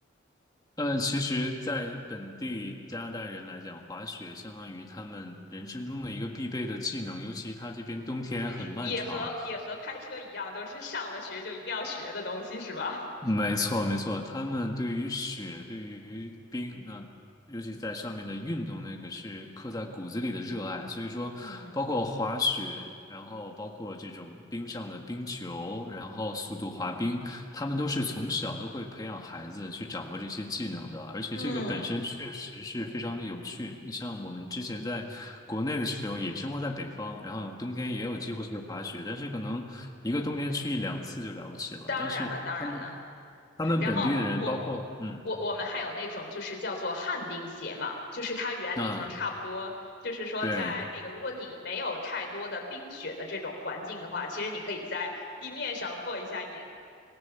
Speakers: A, on the left (about 20°); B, on the left (about 60°).
A: 呃，其实，在本地加拿大人来讲，滑雪相当于他们人生中的一个必备的技能，尤其他这边冬天很漫长，
B: <laughs> 也和也和开车一样，都是上了学就一定要学的东西是吧？
A: 没错，没错，
B: 嗯
A: 他们对于雪，对于冰，那尤其在上面的运动，那个是刻在骨子里的热爱。所以说，
B: 嗯
A: 包括滑雪，然后包括这种冰上的冰球，然后速度滑冰，他们都是从小都会培养孩子去掌握这些技能的，而且这个本身确实是非常的有趣。
B: 嗯，
A: 你像我们之前在国内的时候，也生活在北方，然后冬天也有机会去滑雪，但是可能一个冬天去一两次就了不起了。
B: 当然了，
A: 但是他们
B: 当然了。
A: 他们本地的人，
B: 然后我我我我们还有那种就是叫做旱冰鞋嘛，
A: 包括嗯，
B: 就是它原理上差不多，
A: 那
B: 就是说在那个如果你没有太多的冰雪的这种环境的话，
A: 对
B: 其实你可以在地面上过一下瘾，